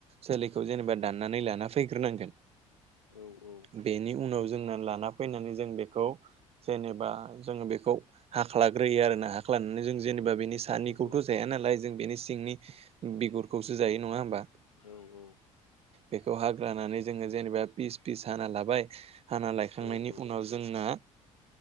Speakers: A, on the right; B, on the left.
A: सोखौ जेनेबा दाननानै लाना फ फैग्रोनांगोन
B: औ औ
A: बेनि उनाव जोंना लाना फैनानै जों बेखौ जेनेबा जोंङो बेखौ हाख्लाग्रोयो आरो ना हाख्लानानै जों जेनेबा बेनि सानिखौथ'
B: औ
A: जाया नालाय जों बेनि सिंनि बिगुरखौसो जायो नंङा होमबा
B: औ औ
A: बेखौ हाग्रानानै जोंङो जेनेबा पिस फिस हाना लाबाय हाना लायखांनायनि
B: आं
A: उनाव जोंना